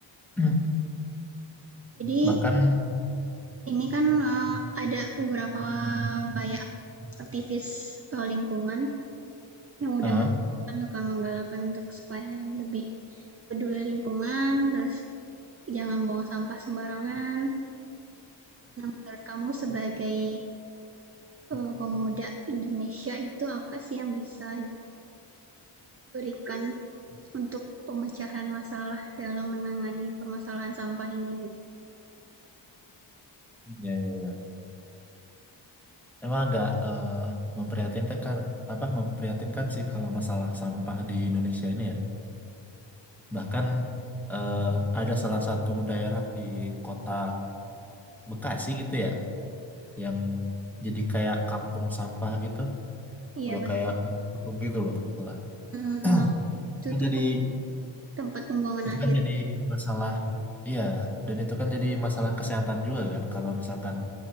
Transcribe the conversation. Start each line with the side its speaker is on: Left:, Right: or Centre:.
Centre: <clears throat>
Right: jadi
Centre: bahkan,
Right: ini kan, eee, ada beberapa kayak, apa ya, aktivis, eee, lingkungan yang udah
Centre: Aha,
Right: menggalakkan tukang menggalakkan untuk supaya lebih peduli lingkungan, terus Jangan buang sampah sembarangan. Nah, menurut kamu sebagai, eee, pemuda Indonesia itu apa sih yang bisa diberikan untuk pemecahan masalah dalam menangani permasalahan sampah ini gitu?
Centre: iya iya iya. Emang agak eh, memprihatinkan kar- apa memprihatinkan sih kalau masalah sampah di Indonesia ini ya. Bahkan eh, ada salah satu daerah di kota Bekasi gitu ya, yang jadi kayak kampung sampah gitu,
Right: Iya
Centre: udah
Right: betul
Centre: kayak
Right: Terima
Centre: embung
Right: kasih.
Centre: gitu loh. malah.
Right: Mhm, emang
Centre: <clears throat>
Right: itu
Centre: Itu jadi
Right: tuh tempat pembuangan
Centre: Itu
Right: akhir.
Centre: kan jadi masalah, iya, dan itu kan jadi masalah kesehatan juga kan, kalau misalkan